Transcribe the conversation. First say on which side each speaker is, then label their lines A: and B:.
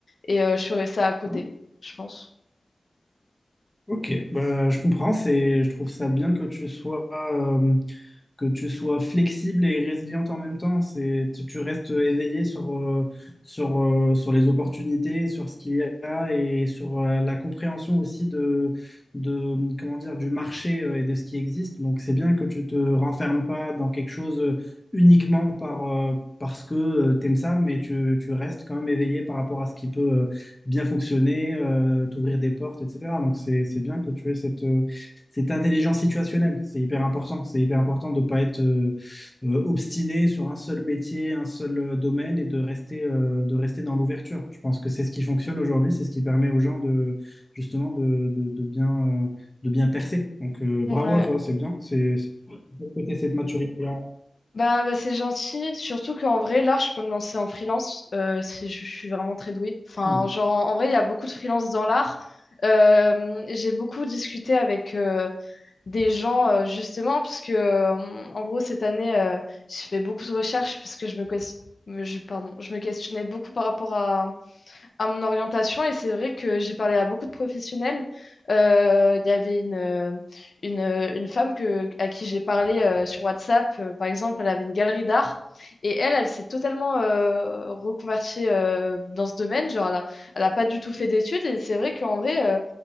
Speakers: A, on the left; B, on the left.
A: Et euh, je ferai ça à côté,
B: ouais.
A: je pense.
B: Ok, bah, je comprends, c'est, je trouve ça bien que tu sois, euh, que tu sois flexible et résiliente en même temps. C'est, tu, tu restes éveillé sur, euh, sur, euh, sur les opportunités, sur ce qu'il y a et sur euh, la compréhension aussi de, de, comment dire, du marché euh, et de ce qui existe. Donc, c'est bien que tu te renfermes pas dans quelque chose euh, uniquement par, euh, parce que tu aimes ça, mais tu, tu restes quand même éveillé par rapport à ce qui peut euh, bien fonctionner, euh, t'ouvrir des portes, etc. Donc, c'est, c'est bien que tu aies cette, euh, c'est intelligence situationnelle, c'est hyper important. C'est hyper important de ne pas être euh, euh, obstiné sur un seul métier, un seul euh, domaine et de rester, euh, de rester dans l'ouverture. Je pense que c'est ce qui fonctionne aujourd'hui, c'est ce qui permet aux gens de justement de, de, de bien, euh, de bien percer. Donc euh, bravo
A: Ouais.
B: à toi, c'est bien. C'est c'est- faut cette maturité-là.
A: Bah, bah c'est gentil. Surtout qu'en vrai, là, je peux me lancer en freelance euh, si je, je suis vraiment très douée. Enfin,
B: Ouais.
A: genre, en, en vrai, il y a beaucoup de freelance dans l'art. Euh, j'ai beaucoup discuté avec, euh, des gens, euh, justement, parce que, euh, en gros, cette année, euh, j'ai fait beaucoup de recherches, parce que je me, ques- je, pardon, je me questionnais beaucoup par rapport à à mon orientation et c'est vrai que j'ai parlé à beaucoup de professionnels. Euh, Il y avait une, une, une femme que, à qui j'ai parlé euh, sur WhatsApp, euh, par exemple, elle avait une galerie d'art et elle, elle s'est totalement euh, reconvertie euh, dans ce domaine. Genre, elle a, elle a pas du tout fait d'études et c'est vrai qu'en vrai, euh,